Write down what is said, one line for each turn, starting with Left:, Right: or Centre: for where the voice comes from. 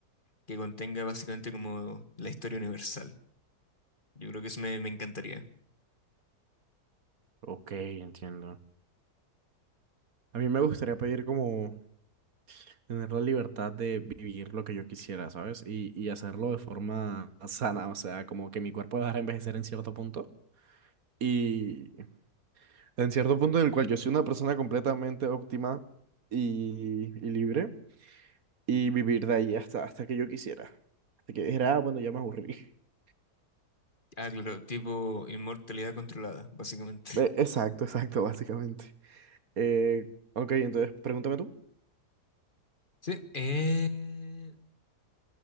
Left: que contenga básicamente como la historia universal. Yo creo que eso me, me encantaría.
Right: Ok, entiendo. A mí me gustaría pedir como tener la libertad de vivir lo que yo quisiera, ¿sabes? Y, y hacerlo de forma sana, o sea, como que mi cuerpo dejara envejecer en cierto punto. Y en cierto punto en el cual yo soy una persona completamente óptima y, y libre y vivir de ahí hasta, hasta que yo quisiera. Hasta que dijera, "Ah, bueno, ya me aburrí. <laughs>
Left: Ah, claro, tipo inmortalidad controlada, básicamente. <laughs>
Right: Eh, Exacto, exacto, básicamente. Eh, ok, entonces pregúntame tú.
Left: Sí. eh,